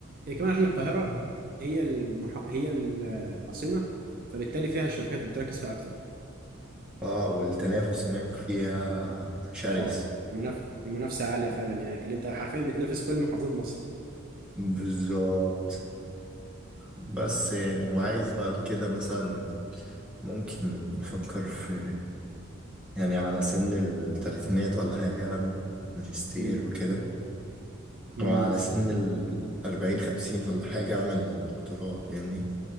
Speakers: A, on the right; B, in the centre.
A: هي كمان عشان القاهرة هي المح... هي العاصمة فبالتالي فيها الشركات بتركز فيها أكتر
B: اه والتنافس هناك فيها شرس
A: اه المنافسة المنافسة عالية فعلا هناك اللي أنت حرفيا بتنافس كل محافظات مصر
B: بالظبط بس يعني وعايز بعد كده مثلا ممكن أفكر في يعني على سن التلاتينات ولا حاجة أعمل ماجستير
A: مم.
B: وكده
A: مم.
B: وعلى سن الأربعين خمسين ولا حاجة أعمل دكتوراه فاهمني